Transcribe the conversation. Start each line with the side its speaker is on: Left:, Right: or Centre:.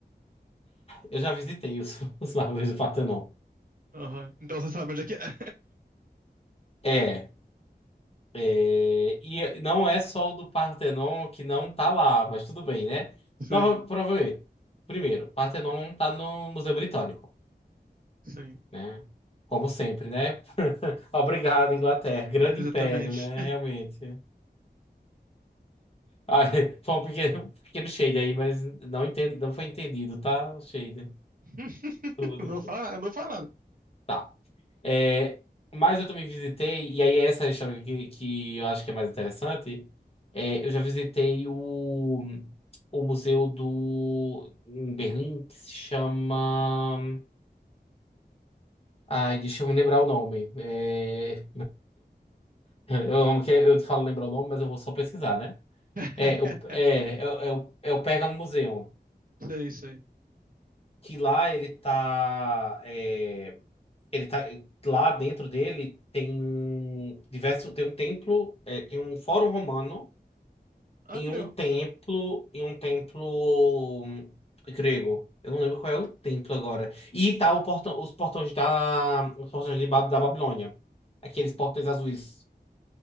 Left: eu já visitei os, <laughs> os mármores do Partenon.
Right: Aham. Então você sabe onde é que é. <laughs>
Left: É, é, e não é só o do Partenon que não tá lá, mas tudo bem, né?
Right: Sim,
Left: Nova, provavelmente. Primeiro, Partenon não tá no Museu Britânico.
Right: sim,
Left: né? Como sempre, né? <laughs> Obrigado, Inglaterra. Grande
Right: exatamente.
Left: império, né? Realmente. Ah, <laughs> foi um pequeno, pequeno shade aí, mas não entendo, não foi entendido, tá? O shade.
Right: <laughs>
Left: Tudo.
Right: Eu Não fala, eu não fala nada.
Left: Tá. É, mas eu também visitei, e aí essa é a história que, que eu acho que é mais interessante. É, eu já visitei o, o museu do em Berlim que se chama. Ai, deixa eu me lembrar o nome. É... <laughs> Eu amo que eu falo lembrar o nome, mas eu vou só pesquisar, né?
Right: <laughs>
Left: É, o, é, é, o, é o é o Pergamon Museum.
Right: Sei, sei.
Left: Que lá ele tá. é, ele tá. Lá dentro dele tem um diverso. Tem um templo. é, tem um fórum romano
Right: Ah,
Left: e
Right: que
Left: um
Right: legal.
Left: templo. E um templo hum, grego. Eu não lembro qual é o templo agora. E tá o portão, os portões da. Os portões de, Ba- da Babilônia. Aqueles portões azuis.